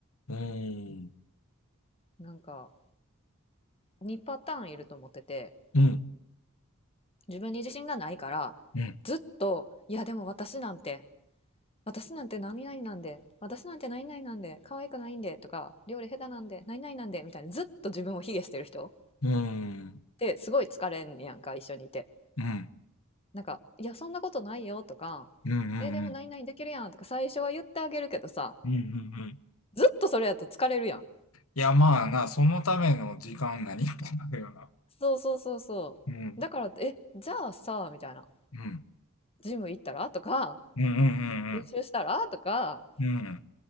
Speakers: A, on the left; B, on the left.
A: うん。
B: なんか2パターンいると思ってて
A: うん。
B: 自分に自信がないからずっと「いやでも私なんて
A: うん。
B: 私なんて何々なんで私なんて何々なんで可愛くないんで」とか「料理下手なんで何々なんで」みたいなずっと自分を卑下してる人っ
A: うん。
B: てすごい疲れんやんか一緒にいて。
A: うん。うん。うん。
B: なんか「いやそんなことないよ」とか
A: うん。
B: 「えでも何々できるやん」とか最初は言ってあげるけどさ
A: うん。うん
B: ずっとそれやと疲れるやん。
A: いや、まあな、そのための時間何かなるよな。
B: そうそうそうそう。
A: うん。
B: だからって、え、じゃあさ、みたいな。
A: うん。
B: ジム行ったらとか、
A: うん。う
B: 練習したらとか、
A: ん。うんうんうん。うん。